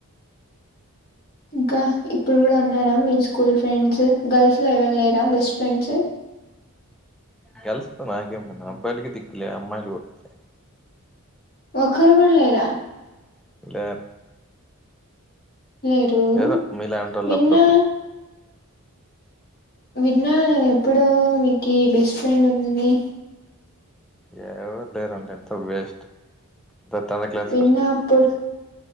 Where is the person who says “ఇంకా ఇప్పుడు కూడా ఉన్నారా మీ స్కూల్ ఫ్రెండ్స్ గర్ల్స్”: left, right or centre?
Left